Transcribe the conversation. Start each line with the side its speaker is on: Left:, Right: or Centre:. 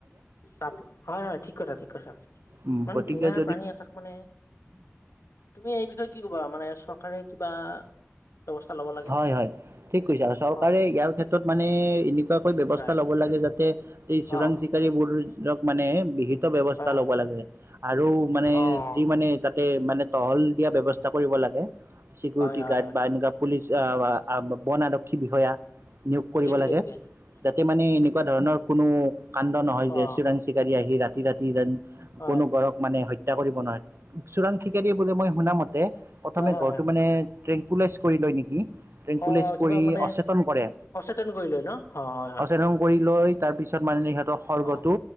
Left: চাহটো হয়, হয়, ঠিক কথা, ঠিক কথা
Right: উম
Left: ইমান
Right: গতিকে
Left: ধুনীয়া
Right: যদি
Left: প্ৰাণী এটাক মানে তুমি এই বিষয়ে কি কবা? মানে চৰকাৰে কিবা ব্যৱস্থা ল'ব লাগে
Right: হয়,
Left: নে?
Right: হয়, ঠিক কৈছা চৰকাৰে
Left: অ',
Right: ইয়াৰ ক্ষেত্ৰত মানে এনে কুৱাকৈ ব্যৱস্থা
Left: হয়,
Right: লব লাগে যাতে এই চোৰাং
Left: অ',
Right: চিকাৰী বোৰক মানে বিহিত ব্যৱস্থা
Left: হয়, হয়,
Right: ল'ব লাগে আৰু মানে
Left: অ',
Right: যি মানে তাত মানে টহল দিয়া ব্যৱস্থা কৰিব লাগে৷ চিকিউৰিটি
Left: হয়, হয়,
Right: গাৰ্ড
Left: হয়,
Right: বা এনেকুৱা পুলিচ আ বা বন আৰক্ষী বিষয়া নিয়োগ
Left: ঠিকে,
Right: কৰিব
Left: ঠিকে,
Right: লাগে,
Left: ঠিকে
Right: যাতে মানে
Left: ঠিক
Right: এনেকুৱা ধৰণৰ কোনো কাণ্ড নহয় যে
Left: অ',
Right: চোৰাং চিকাৰী আহি ৰাতি ৰাতি যেন
Left: হয়,
Right: কোনো গঁড়ক মানে হত হত্যা কৰিব নোৱাৰে৷ চোৰাং চিকাৰীয়ে বোলে মই শুনা মতে প্ৰথমে
Left: হয়, হয়,
Right: ঘৰটো
Left: হয়,
Right: মানে ট্ৰেংকুইলাইজ কৰি লয় নেকি? ট্ৰেংকুলাইজ
Left: অ',
Right: কৰি
Left: কিবা মানে
Right: অচেতন কৰে৷
Left: অচেতন কৰিলে ন' অ', হয়, হয়,
Right: অচেতন কৰি লৈ তাৰ পিছত মাৰিলে সিহঁতক খৰ্গটো,
Left: অ',